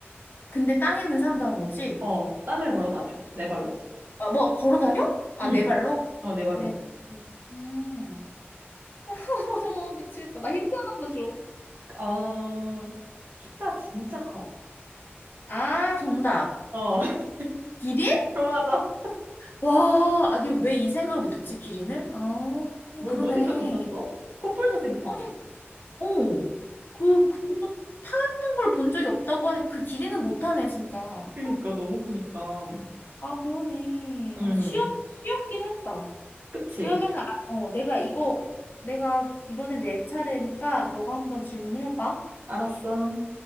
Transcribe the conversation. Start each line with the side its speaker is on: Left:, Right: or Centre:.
Left: 근데 땅에는 산다는 거지?
Right: 어, 땅을 걸어 다녀. 네 발로.
Left: 아, 뭐 걸어 다녀? 아,
Right: 응,
Left: 네 발로?
Right: 어, 네 발로.
Left: 네 발로. 음. <laughs> 미치겠다. 나 힌트 하나 만 줘.
Right: 어, 키가 진짜 커.
Left: 아, 정답.
Right: 어, <laughs>
Left: 기린?
Right: 맞아.
Left: 와, 아니, 왜 이 생각을 못했지, 기린을? 아,
Right: 뭐,
Left: 그러네.
Right: 뭐 생각했었어? 코뿔소 생각했지?
Left: 아니, 어. 그, 그, 타는 걸 본 적이 없다고 하네. 그 기린은 못하네, 진짜.
Right: 그니까, 너무 크니까.
Left: 아, 그러네.
Right: 음,
Left: 아, 쉬었, 쉬었긴 했다.
Right: 그치.
Left: 그러면, 아, 어, 내가 이거, 내가 이번에 내 차례니까 너가 한번 질문을 해봐.
Right: 알았어.